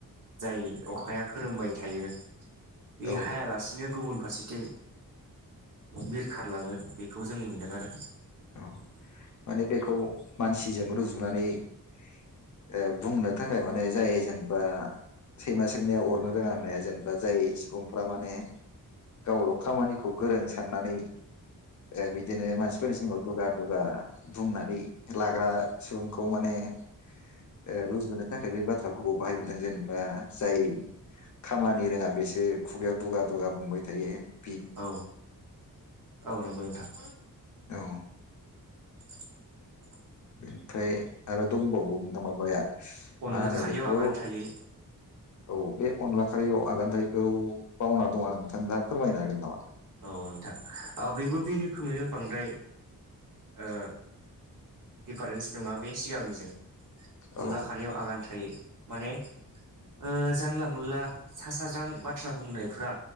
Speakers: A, on the right; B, on the left.
A: जाय अखाया खोरोमबाय थायो बे
B: औ
A: हायालासिनो गुबुन फारसेथिं बिरखारलाङो बेखौ जों मोनदों आरो
B: औ माने बेखौ मानसिजों रुजुनानै ओ बुंनो थाखाय माने जाय जेनेबा सैमा सोंनाया अरनो रोङा होननाया जेनेबा जाय सुबुंफ्रा माने गावल' खामानिखौ गोरों साननानै ओ बिदिनो मानसि फोरनि सिङाव दुगा दुगा बुंनानै लाग्रा सुबुंखौ माने ओ रुजुनो थाखाय बे बाथ्राफोरखौ बाहायदो दां जेनेबा जाय खामानि रोङा बेसो खुगायाव दुगा दुगा बुंबाय थायो ।
A: औ औ नंगौ नोंथां ।
B: औ
A: <inaudible>
B: ओमफ्राय आरो दंबावो नोंथां माबाया
A: अनला
B: मा होनो
A: खारियाव
B: बेखौ
A: आगान थायै
B: औ बे अनला खारियाव आगान थायैखौ बावना दङ आं नोंथां दा फोरमायनो हागोन नामा?
A: औ नोंथां औ बेबो बे रोखोमैनो बांद्राय ओ दिफारेन्स नोङा बे सिगांनिजों
B: औ
A: अनला खारियाव आगान थायै माने ओ जानला मोनला सा साज्रां बाथ्रा बुंनाय फ्रा